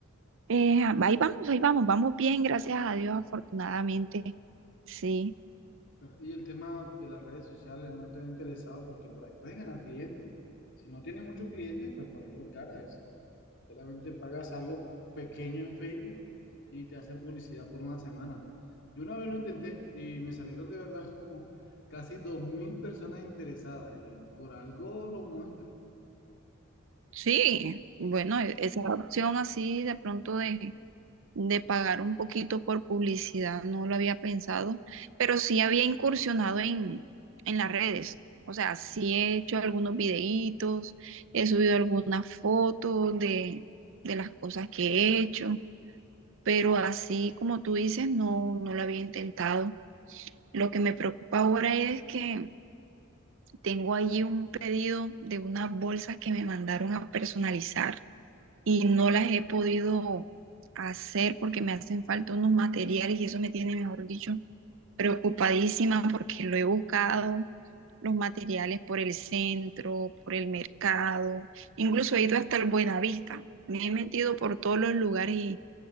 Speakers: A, on the right (about 65°); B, on the left (about 60°).
A: eh, ahí vamos, ahí vamos, vamos bien, gracias a Dios, afortunadamente. Sí,
B: Pero- y el tema de las redes sociales no te ha interesado porque por ahí puedes ganar clientes. Si no tienes muchos clientes, pues por ahí los ganas. Solamente pagas algo pequeño en Facebook y te hacen publicidad por una semana. Yo una vez lo intenté y me salieron de verdad como casi 2.000 personas interesadas y por algo los muestra.
A: Sí, bueno, e- esa opción así de pronto de, de pagar un poquito por publicidad no lo había pensado, pero sí había incursionado en, en las redes. O sea, sí he hecho algunos videitos, he subido algunas fotos de, de las cosas que he hecho, pero así como tú dices, no, no lo había intentado. Lo que me preocupa ahora es que tengo allí un pedido de unas bolsas que me mandaron a personalizar y no las he podido hacer porque me hacen falta unos materiales y eso me tiene, mejor dicho, preocupadísima porque lo he buscado, los materiales por el centro, por el mercado, incluso he ido hasta el Buenavista, me he metido por todos los lugares y,